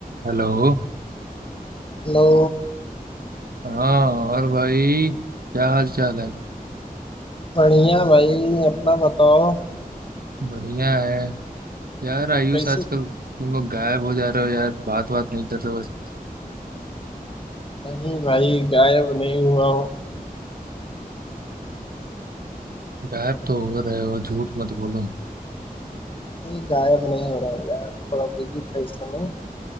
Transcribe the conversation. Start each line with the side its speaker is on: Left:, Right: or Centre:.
Right: Hello
Left: लो
Right: हाँ और भाई क्या हाल चाल है
Left: बढ़िया भाई अपना बताओ
Right: बढ़िया है यार आयुष
Left: कैसे
Right: आजकल तुम लोग गायब हो जा रहे हो यार बात बात नहीं कर रहे हो बस
Left: नहीं भाई गायब नहीं हुआ हूँ
Right: गायब तो हो रहे हो झूठ मत बोलो
Left: अरे गायब नहीं हो रहा हूँ यार थोड़ा बिजी था इस समय